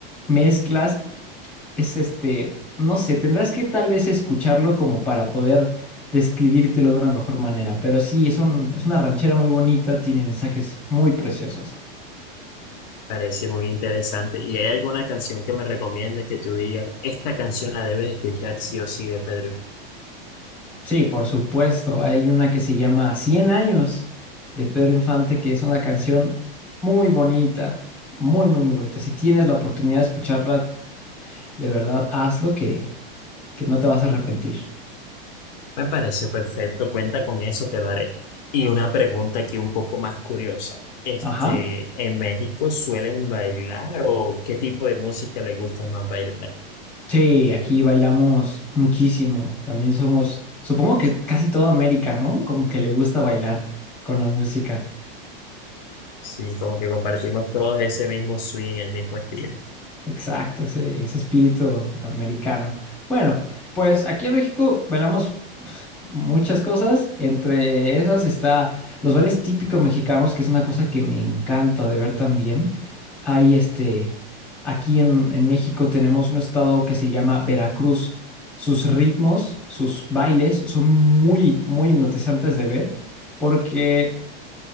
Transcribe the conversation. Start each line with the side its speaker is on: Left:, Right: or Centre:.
Centre: mezclas. Es este, no sé, tendrás que tal vez escucharlo como para poder describírtelo de una mejor manera. Pero sí, es un- es una ranchera muy bonita, tiene mensajes muy preciosos.
Left: Parece muy interesante. ¿Y hay alguna canción que me recomiendes que tú digas, esta canción la debes escuchar sí o sí de Pedro
Centre: Sí, por supuesto. Hay una que se llama Cien años de Pedro Infante, que es una canción muy bonita, muy, muy, muy bonita. Si tienes la oportunidad de escucharla, de verdad, hazlo que, que no te vas a arrepentir.
Left: Me parece perfecto, cuenta con eso, te lo haré. Y una pregunta aquí un poco más curiosa. Este,
Centre: Ajá.
Left: ¿en México suelen bailar o qué tipo de música les gusta más bailar ahí?
Centre: Sí, aquí bailamos muchísimo. También somos, supongo que casi toda América, ¿no? Como que le gusta bailar con la música.
Left: Sí, como que compartimos todos ese mismo swing, el mismo estilo.
Centre: Exacto, ese, ese espíritu americano. Bueno, pues aquí en México bailamos muchas cosas. Entre esas está los bailes típicos mexicanos, que es una cosa que me encanta de ver también. Hay este, aquí en, en México tenemos un estado que se llama Veracruz. Sus ritmos, sus bailes son muy, muy hipnotizantes de ver, porque